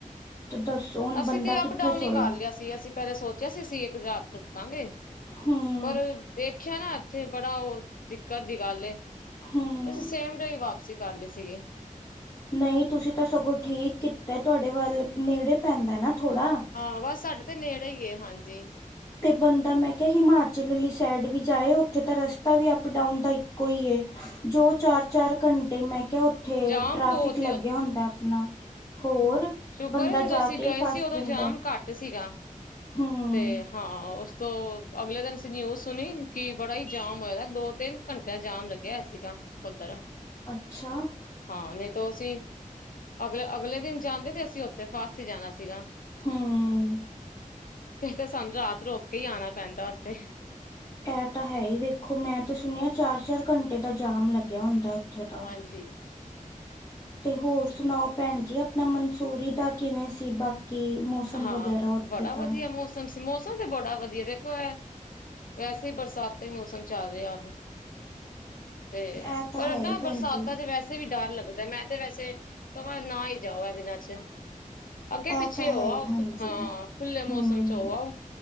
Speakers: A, on the left (about 25°); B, on the left (about 80°).
A: ਤੇ ਦੱਸੋ ਹੁਣ
B: ਅਸੀਂ
A: ਬੰਦਾ
B: ਤਾਂ ਅਪ-ਡਾਊਨ
A: ਕਿੱਥੇ ਸੋਏ
B: ਈ ਕਰ ਲਿਆ ਸੀ ਅਸੀਂ। ਪੈ, ਲੇ ਸੋਚਿਆ ਸੀ ਅਸੀਂ ਇੱਕ ਰਾਤ ਰੁਕਾਂਗੇ।
A: ਹੁਂ
B: ਪਰ ਦੇਖਿਆ ਨਾ, ਇੱਥੇ ਬੜਾ ਉਹ ਦਿੱਕਤ ਦੀ ਗੱਲ ਏ।
A: ਹੂੰ।
B: ਫੇਰ ਅਸੀਂ ਸੇਮ ਡੇ ਈ ਵਾਪਸੀ ਕਰ ਲਈ ਸੀਗੇ।
A: ਨਹੀਂ, ਤੁਸੀਂ ਤਾਂ ਸਗੋਂ ਠੀਕ ਕੀਤਾ। ਤੁਹਾਡੇ ਵੱਲ ਨੇੜੇ ਪੈਂਦਾ ਨਾ ਥੋੜ੍ਹਾ?
B: ਹਾਂ, ਵਸ ਸਾਡੇ ਤੇ ਨੇੜੇ ਹੀ ਹੈ ਹਾਂਜੀ।
A: ਤੇ ਬੰਦਾ ਮੈਂ ਕਿਹਾ ਹਿਮਾਚਲ ਆਲੀ ਸਾਈਡ ਵੀ ਜਾਏ ਉੱਥੇ ਤਾਂ ਰਸਤਾ ਵੀ। ਅਪ ਡਾਊਨ ਦਾ ਇੱਕੋ ਹੀ, ਏ ਜੋ ਚਾਰ-ਚਾਰ ਘੰਟੇ ਮ। ਕਿ ਆ ਉੱਥੇ
B: ਜਾਮ
A: ਟ੍ਰੈਫਿਕ
B: ਬਹੁਤ
A: ਲੱਗਿਆ
B: ਏ
A: ਹੁੰਦਾ ਆਪਣਾ ਹੋਰ?
B: ਸ਼ੁਕਰਏ
A: ਬੰਦਾ
B: ਜਦੋਂ
A: ਜਾ
B: ਅਸੀਂ
A: ਕੇ
B: ਗਏ
A: ਹੀ ਫਸ
B: ਸੀ ਉਦੋਂ
A: ਜਾਂਦਾ
B: ਜਾਮ ਘੱਟ ਸੀਗਾ,
A: ਹੂੰ
B: ਤੇ ਹਾਂ ਉਸ ਅਗਲੇ ਦਿਨ ਂ ਨਿਊਜ਼ ਸੁਣੀ ਕਿ ਬੜਾ ਹੀ ਜਾਮ ਹੋਇਆ ਦੋ ਤਿੰਨ ਘੰਟਿਆਂ ਦਾ ਜਾਮ ਲੱਗਿਆ ਸੀਗਾ ਉੱਧਰ
A: ਅੱਛਾ
B: ਹਾਂ ਨਹੀਂ ਤਾਂ ਅਸੀਂ ਅਗਲੇ ਅਗਲੇ ਦਿਨ ਰੈਂਦੇ ਤੇ ਅਸੀਂ ਉੱਥੇ ਫਸ ਹੀ ਜਾਣਾ ਸੀਗਾ
A: ਹੂੰ
B: ਫੇਿਰ ਤਾਂ ਸਾਨੂੰ ਰਾਤ ਰੁਕ ਕੇ ਹੀ ਆਉਣਾ ਪੈਂਦਾ ਉੱਥੇ
A: ਐਹ ਤਾਂ ਹੈ ਹੀ ਵੇਖੋ ਮੈਂ ਤਾਂ ਸੁਣਿਆ ਚਾਰ ਚਾਰ ਘੰਟੇ ਦਾ ਜਾਮ ਲੱਗਿਆ ਹੁੰਦਾ ਤਾਂ
B: ਹਾਂਜੀ
A: ਤੇ ਹੋਰ ਸੁਣਾਓ ਭੈਣ ਜੀ ਆਪਣਾ ਮਨਸੂਰੀ ਦਾ ਕਿਵੇਂ ਸੀ ਬਾਕ ਕਿ ਮੌਸਮ
B: ਹਾਂ
A: ਵਗੈਰਾ ਉੱਥੇ
B: ਬੜਾ
A: ਦਾ
B: ਵਧੀਆ ਮੌਸਮ ਸੀ ਮੌਸਮ ਤੇ ਬੜਾ ਵਧੀਆ ਦੇਖੋ ਇਹ ਵੈਸੇ ਹੀ ਬਰਸਾਤ ਮੌਸਮ ਚੱਲ ਰਿਹਾ ਹੁਨ ਤੇ
A: ਇਹ ਤਾਂ
B: ਪਰ
A: ਹੈ
B: ਏਦਾਂ
A: ਹੀ
B: ਬਰਸਾਤਾਂ
A: ਭੈਣ ਜੀ
B: ਚ ਵੈਸੇ ਵੀ ਡਰ ਲੱਗਦਾ ਮੈਂ ਤੇ ਵੈਸੇ ਕਵਾਂ ਨਾ ਹੀ ਜਾਓ ਇਹ ਦਿਨਾਂ ਚ
A: ਇਹ
B: ਅੱਗੇ ਪਿੱਛੇ
A: ਤਾਂ
B: ੇ ਹੋ
A: ਹੈ
B: ਆਓ
A: ਹੀ ਹਾਂਜੀ
B: ਹਾਂ ਖੁੱਲੇ
A: ਹੂੰ
B: ਮੌਸਮ ਚ ਹੋ ਆਓ